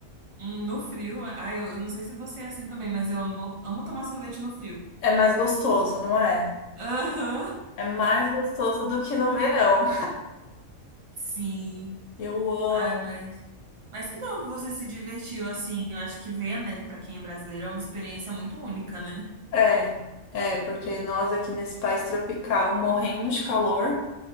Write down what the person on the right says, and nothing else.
Hum, no frio. Ai, eu, eu não sei se você é assim também, mas eu amo, amo tomar sorvete no frio.
Aham.
<laughs>
Sim.
Ai, mas. Mas que bom que você se divertiu assim. Eu acho que ver a neve pra quem é brasileiro é uma experiência muito única, né?